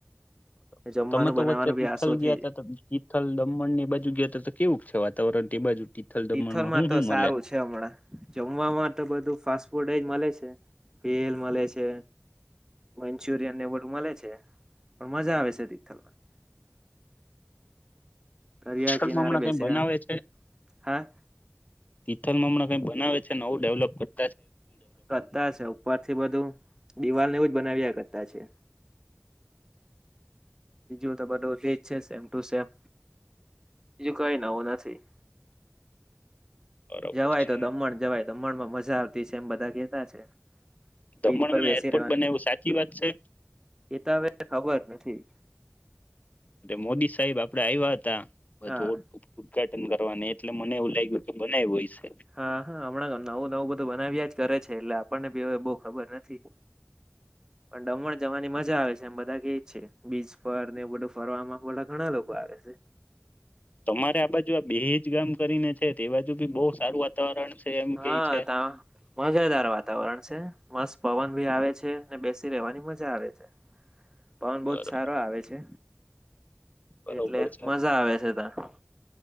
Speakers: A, on the left (about 40°); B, on the right (about 15°).
A: બ
B: જમવાનું
A: તમે તો
B: બનાવવાનું
A: વચ્ચે તિથલ
B: બી આસો
A: ગયા
B: થઈ
A: ત તિથલ દમણ ની બાજુ ગયા ત તો કેવું છે વાત તાવરન તે બાજુ તિથલ દમણમાં
B: તિથલમાં
A: હું
B: તો
A: હું
B: સારું
A: મલે
B: છે હમણાં જમવાવામાં તો બધું ફાસ્ટ ફૂડ એજ મળે છે ભેલ મળે છે મંચુરિયન એ બધું મળે છે પણ મજા આવે છે તિથલમાં. દરિયા
A: થલમ
B: કિનારે બેસી
A: કઈ બનાવે
B: રહ્યા
A: છે
B: હા
A: તિથલમાં હણા કઈ બનાવે છે નવું ડેવલપ કર
B: કરતા છે ઉપર થી બધું દિવાલ ને એવુજ બનાવ્યા કરતા છે. બીજું તો બધું એ જ છે સેમ ટુ સેમ. બીજું કઈ નવું નથી.
A: બરોબર
B: જવાય
A: છે
B: તો દમણ જવાય દમણમાં મજા આવતી છે એમ બધા કેતા છે. બીચ
A: દમણમાં
B: પર બેસી
A: એરપોર્ટ
B: રહેવાની
A: બને એવું સાચી વાત છે.
B: એ તો હવે ખબર નથી
A: મોદી સાહેબ આપડે આવ્યા હતા બધું
B: હા
A: ઉદ્ઘાટન કરવાની એટલે મને એવું લાગ્યું કે બનાવ્યું હોય છે.
B: હા હા હમણાં નવું નવું બધું બનાવ્યા જ કરે છે એટલે આપણને બી બહ ખબર નથી. પણ દમણ જવાની મજા આવે છે એમ બધા બીજ પર ને બધું ફરવામાં ઘણા લોકો આવે છે
A: તમારે આ બાજુ આ બેજ ગામ કરીને છે તે બાજુ બી બહુ સારું વાતાવરણ છે એમ
B: હા
A: કે છે
B: ત મજેદાર વાતાવરણ છે મસ્ત પવન ી આવે છે ને બેસી રહેેવાની મજા આવે છે. પવન
A: બરોબર
B: બહ જ સારો આવે છે
A: બરોબર
B: એટલે
A: છે
B: મજા આવે છે ત્યા